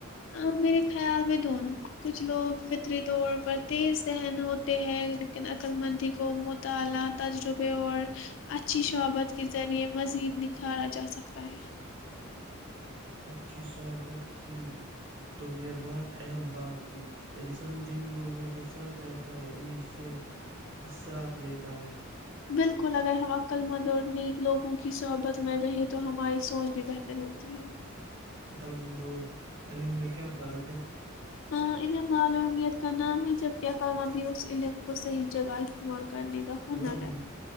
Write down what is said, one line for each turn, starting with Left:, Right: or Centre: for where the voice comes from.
Left: ا میرے خیال میں دونوں کچھ لوگ فطری طور پر تیز ذہن ہوتے ہیں لیکن عقللمندی کو مطالعہ تجربے اور اچھی شحبت کے ذریعے مزید نکھارا جا سکتا ہے <inaudible>
Right: اچھی صحبت کی تم نے بہت اہم بات کی انسان جن لوگوں کے ساتھ رہتا ہے انہی سے اثرات لیتا ہے
Left: بالکل اگر ہم عقللمند اور نیک لوگوں کی صحبت مر رہے تو ہماری سوچ بھی بہتر ہوتی ہے
Right: عقل مندور علم میں کیا فرق ہے
Left: ہ علم معلومیت کا نام ہے جب کیا ک مدھی اس علم کو صحیح جگہ استعمال کرنے کا ہنر
Right: واہ
Left: ہے